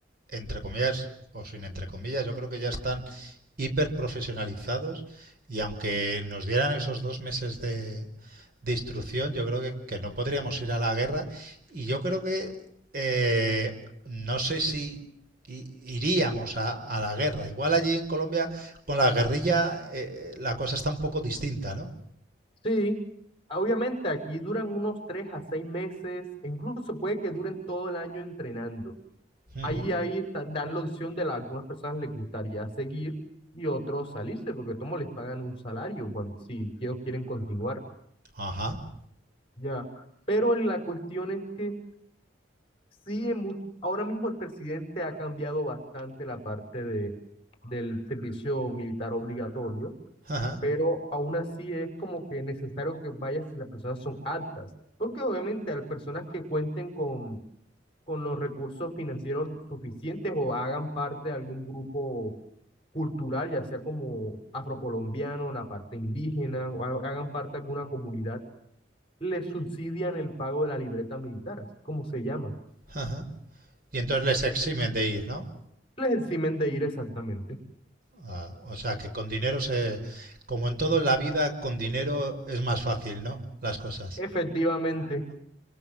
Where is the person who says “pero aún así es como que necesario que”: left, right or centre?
Left